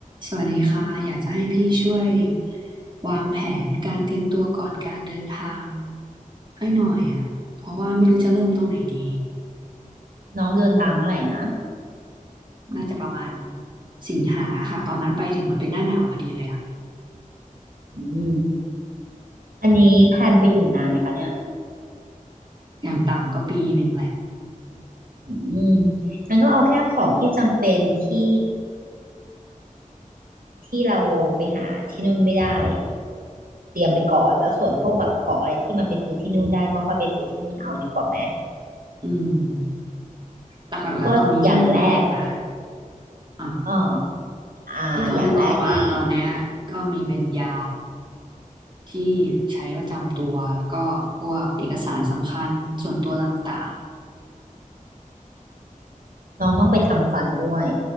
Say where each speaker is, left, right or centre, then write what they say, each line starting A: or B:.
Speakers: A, on the right (about 35°); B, on the right (about 85°).
A: สวัสดีค่ะอยากจะให้พี่ช่วยวางแผนการเตรียมตัวก่อนการเดินทางให้หน่อยอ่ะเพราะว่าไม่รู้จะเริ่มตรงไหนดี
B: น้องเดินทางเมื่อไหร่นะ
A: น่าจะประมาณสิงหาค่ะตอนนั้นไปถึงมันเป็นหน้าหนาวพอดีเลยอ่ะ
B: อืมอันนี้แพลนไปอยู่นานไหมคะเนี่ย
A: อย่างต่ำก็ปีหนึ่งแหละ
B: อืมงั้นก็เอาแค่ของที่จำเป็นที่ที่เราไปหาที่นู่นไม่ได้เตรียมไปก่อนแล้วส่วนพวกแบบของอะไรที่มันไปซื้อที่นู่นได้ก็ค่อยไปซื้อที่นู่นเอาดีกว่าไหม
A: อืมหลักๆแล้วตอนนี้ที่นึกออกนะ
B: ก็อย่างแรก
A: อ่า
B: เอออ่าอย่างแรกที่
A: ที่เขานึกออกอ่ะตอนเนี้ยก็มีเป็นยาที่ใช้ประจำตัวแล้วก็พวกเอกสารสำคัญส่วนตัวต่างๆ
B: น้องต้องไปทำฟันด้วย